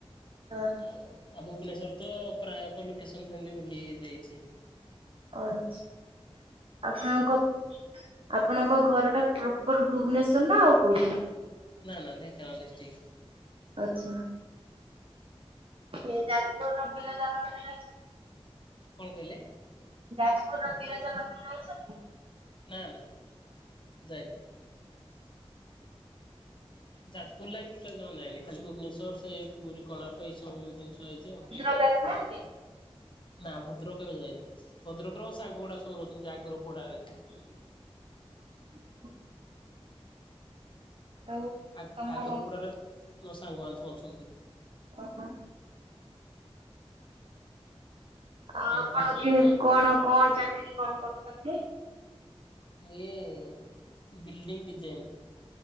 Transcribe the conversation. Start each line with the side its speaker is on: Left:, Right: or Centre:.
Right: ଅ
Left: ଆଉ, ଆଉ ଭୁବନେଶ୍ୱର ତ ପ୍ରାୟତ ଲୋକେସନ୍ ସେନ୍ ତି ବୁଲି ଦେଇଛି।
Right: ଓ ଆଛା, ଆପଣଙ୍କ ଆପଣଙ୍କ ଘର ଟା ପ୍ରପର୍ ଭୁବନେଶ୍ୱର ନା ଆଉ କୋଉଠି?
Left: ନାଁ, ନା ଢେଙ୍କାନାଳ ଡିଷ୍ଟି
Right: ଆଚ୍ଛା। ଇଏ ଯାଜପୁରର ବିରଜା ମନ୍ଦିର ଯାଇଛ?
Left: କଣ କହିଲେ?
Right: ଯାଜପୁରର ବିରଜା ମନ୍ଦିର ଯାଇଛ? <inaudible>
Left: ନା, ନା, ନା ଯାଇନି। ଯାଜପୁର ଲାଇନ୍ ଟୁଟାଲ୍ ଯମା ଯାଇନି। ଖାଲି ଭୁବନେଶ୍ୱର, ସେ ପୁରୀ, କୋଣାର୍କ ଏଇ ସବୁ ଜିନିଷ ଯାଇଛି ଆଉ।
Right: ପଟେ ଆସିନାହାଁନ୍ତି?
Left: ନା ଭଦ୍ରକ କେବେ ଯାଇନି? ଭଦ୍ରକର ସାଙ୍ଗ ଗୁଡା ସବୁ ରହୁଛନ୍ତି ଆଗ୍ର ପଡାରେ।
Right: <unintelligible> ଆଉ।
Left: ଆ-ଆଗ୍ରପଡ଼ାର
Right: ତମ
Left: ମୋ ସାଙ୍ଗମାନେ ସବୁ ଅଛନ୍ତି।
Right: <unintelligible> ଆ
Left: ଆଉ କଣ
Right: ପଣ କିଣି କଣ କଣ ଚାକିରି କଣ କରଚନ୍ତି?
Left: ଇଏ ବିଲ୍ଡିଂ ଡିଜାଇନ୍।